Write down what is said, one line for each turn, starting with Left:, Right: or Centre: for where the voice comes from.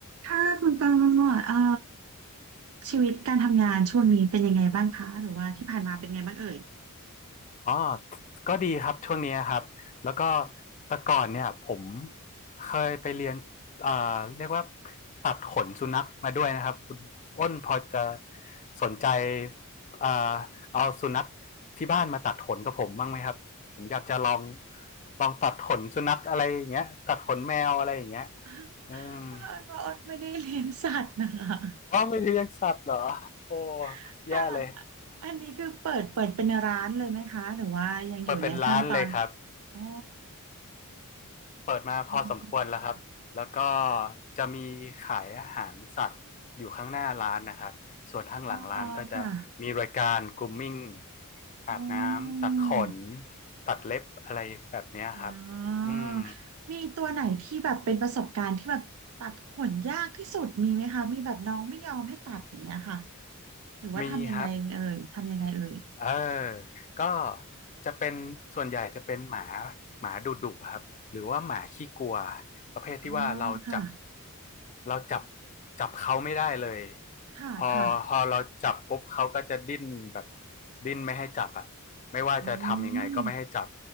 Right: ค่ะคุณตองดเอ่อชีวิตการทำงานช่วงนี้เป็นยังไงบ้างคะหรือว่าที่ผ่านมาเป็นไงบ้างเอ่ย
Left: อ๋อก็ดีครับช่วงนี้ครับแล้วก็แต่ก่อนเนี่ยผมเคยไปเรียนเอ่อเรียกว่าตัดขนสุนัขมาด้วยนะครับคุณอ้นพอจะสนใจเอ่อเอาสุนัขที่บ้านมาตัดขนกับผมบ้างไหมครับผมอยากจะลองลองตัดขนสุนัขอะไรอย่างเงี้ยตัดขนแมวอะไรอย่างเงี้ย
Right: <laughs>
Left: อืม
Right: เผอิญว่าอ้นไม่ได้เลี้ยงสัตว์นะคะ
Left: อ๋อไม่เลี้ยงสัตว์เหรอโอ้
Right: <laughs>
Left: แย่เลย
Right: ค่ะอันนี้คือเปิดเปิดเป็นร้านเลยไหมคะหรือว่ายังอยู่ในขั้นตอน
Left: เปิดเป็นร้านเลยครับ
Right: อ๋อ
Left: เปิดมาพอสมควรแล้วครับ
Right: อ๋
Left: แล้วก็จะมีขายอาหารสัตว์อยู่ข้างหน้าร้านนะครับ ส่วนข้างหลังร้านก็จะมีรายการกลุมมิ่ง
Right: ออ๋อค่ะ
Left: อาบน้ำตัดขน
Right: อ๋อ
Left: ตัดเล็บอะไรแบบเนี้ยครับ
Right: อ๋อ
Left: อืม
Right: มีตัวไหนที่แบบเป็นประสบการณ์ที่แบบตัดขนยากที่สุดมีไหมคะมีแบบน้องไม่ยอมให้ตัดอย่างเงี้ยค่ะหรือว่าทำยังไงเอ่ยทำยังไงเอ่ย
Left: มีครับ เออก็จะเป็นส่วนใหญ่จะเป็นหมาหมาดุดุครับหรือว่าหมาขี้กลัวประเภทที่ว่าเราจับ
Right: อ๋อค่ะ
Left: เราจับจับเขาไม่ได้เลย
Right: ค่ะค่ะ
Left: พอพอเราจับปุ๊บเขาก็จะดิ้นแบบดิ้นไม่ให้จับอ่ะไม่ว่าจะทำยังไงก็ไม่ให้จับ
Right: อืม